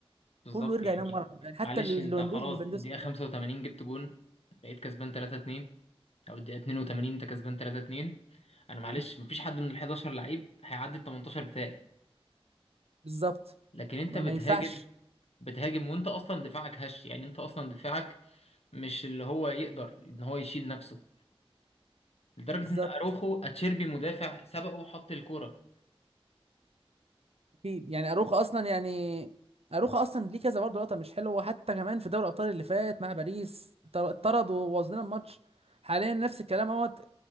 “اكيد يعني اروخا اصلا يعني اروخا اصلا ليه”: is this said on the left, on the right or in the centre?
Right